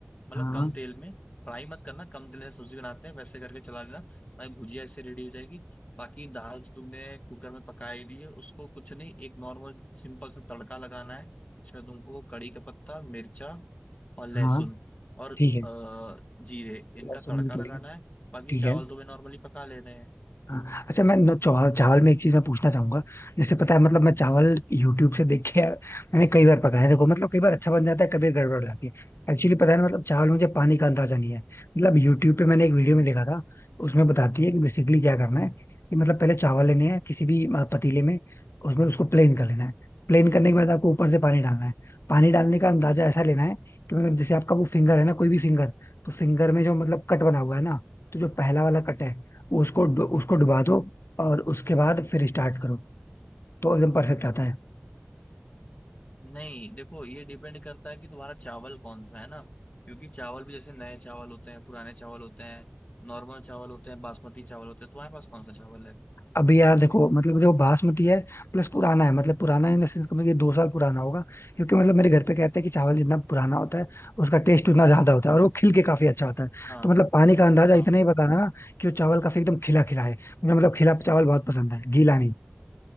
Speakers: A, on the left; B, on the left.
A: मतलब
B: हाँ
A: कम तेल में फ्राई मत करना कम तेल में सब्जी बनाते हैं वैसे करके चला लेना भाई भुजिया इससे रेडी हो जाएगी बाकी दाल जो तुमने कुकर में पका ही ली है उसको कुछ नहीं एक नॉर्मल सिंपल सा तड़का लगाना है इसमें तुमको कड़ी का पत्ता मिर्चा और लहसुन
B: हाँ
A: और
B: ठीक है
A: अ, जीरे इनका
B: लहसुन
A: तड़का
B: भी
A: लगाना
B: डलेगा
A: है बाकी
B: ठीक
A: चावल
B: है
A: तो वे नॉर्मली पका ले रहे हैं
B: हाँ, अच्छा मैं न- चावल चावल में एक चीज मैं पूछना चाहूंगा जैसे पता है मतलब मैं चावल यूट्यूब से देख के यार मैंने कई बार पकाया देखो मतलब कई बार अच्छा बन जाता है कभी गड़बड़ हो जाती है एक्चुअली पता है ना, मतलब चावल में मुझे पानी का अंदाजा नहीं है मतलब यूट्यूब पे मैंने एक वीडियो में देखा था उसमें बताती है कि बेसिकली क्या करना है कि मतलब पहले चावल लेने हैं किसी भी अ, पतीले में उसमें उसको प्लेन कर लेना है प्लेन करने के बाद आपको ऊपर से पानी डालना है पानी डालने का अंदाजा ऐसा लेना है कि मतलब जैसे आपका वो फिंगर है ना कोई भी फिंगर तो फिंगर में जो मतलब कट बना हुआ है ना तो जो पहला वाला कट है उसको डु- उसको डुबा दो और उसके बाद फिर स्टार्ट करो तो एकदम परफेक्ट आता है
A: नहीं देखो ये डिपेंड करता है कि तुम्हारा चावल कौन सा है ना क्योंकि चावल भी जैसे नए चावल होते हैं पुराने चावल होते हैं नॉर्मल चावल होते हैं बासमती चावल होते हैं तुम्हारे पास कौन सा चावल है
B: अभी यहाँ देखो मतलब देखो बासमती है प्लस पुराना है मतलब पुराना इन द सेंस ये दो साल पुराना होगा क्योंकि मतलब मेरे घर पे कहते हैं कि चावल जितना पुराना होता है उसका टेस्ट उतना ज्यादा होता है और वो खिल के काफी अच्छा होता है
A: हाँ
B: तो मतलब पानी का अंदाजा
A: हाँ
B: इतना ही बताना ना कि वो चावल काफी एकदम खिला खिला है मुझे मतलब खिला चावल बहुत पसंद है गीला